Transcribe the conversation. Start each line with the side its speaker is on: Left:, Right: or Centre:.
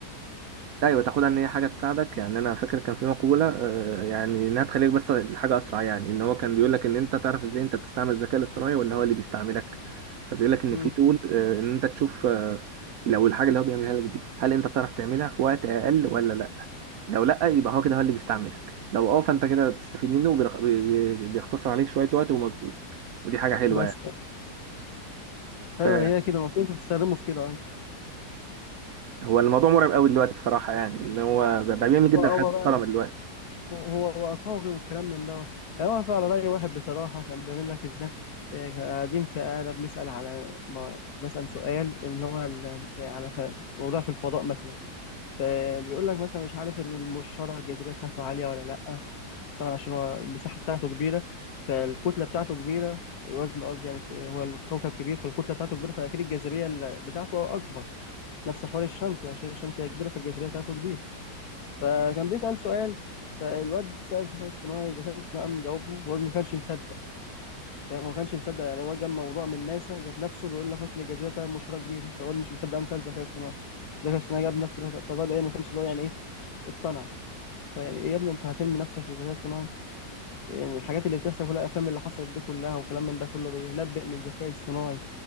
Right: ايوه تاخدها ان هي حاجه تساعدك يعني انا فاكر كان في مقوله آه، يعني انها تخليك بس الحاجه اسرع يعني ان هو كان بيقول لك ان انت تعرف ازاي انت بتستعمل الذكاء الاصطناعي ولا هو اللي بيستعملك فبيقول لك ان
Left: مم.
Right: في تول آه، ان انت تشوف آه، لو الحاجه اللي هو بيعملها لك دي هل انت تعرف تعملها في وقت اقل ولا لا لو لا يبقى هو كده هو اللي بيستعملك لو اه فانت كده تستفيد منه وبيرخ- بي- بي- بيختصر عليك شويه وقت ومجهود ودي حاجه حلوه
Left: بس
Right: يعني
Left: اه
Right: فهو
Left: ايوه هي كده المفروض انت تستخدمه في كده ايوه
Right: الموضوع مرعب قوي دلوقتي بصراحه يعني ان هو بقى بيعمل
Left: هو
Right: جدا
Left: هو
Right: حاجات محترمه
Left: بقى
Right: دلوقتي
Left: هو هو بقى طاغي والكلام من دوت انا واقف على راي واحد بصراحه كان بيعمل لك ازاي إيه، كنا قاعدين في قاعدة بنسأل على ما بسأل سؤال إن هو ال- آه، على ف- موضوع في الفضاء مثلا فبيقول لك مثلا مش عارف المشتري الجاذبية بتاعته عالية ولا لأ طبعا عشان هو المساحة بتاعته كبيرة فالكتلة بتاعته كبيرة الوزن قصدي يعني هو الكوكب كبير فالكتلة بتاعته كبيرة فأكيد الجاذبية ال- بتاعته أكبر نفس حوار الشمس عشان الشمس هي كبيرة فالجاذبية بتاعته كبيرة فكان بيسأل سؤال فالواد سأل الذكاء الاصطناعي الذكاء الاصطناعي قام جاوبه والواد ما كانش مصدق فاهم؟ هو ما كانش مصدق يعني هو جاب موضوع من ناسا ذات نفسه بيقول لك مثلا الجاذبية بتاعت المشتري كبيرة فالواد مش مصدق قام سأل الذكاء الاصطناعي الذكاء الاصطناعي جاب نفس الهدف فالواد إيه ما كانش اللي هو يعني إيه اقتنع فيعني إيه يا ابني أنت هترمي نفسك للذكاء الاصطناعي يعني الحاجات اللي بتحصل في الافلام اللي حصلت دي كلها وكلام من ده كله بينبئ من الذكاء الصناعي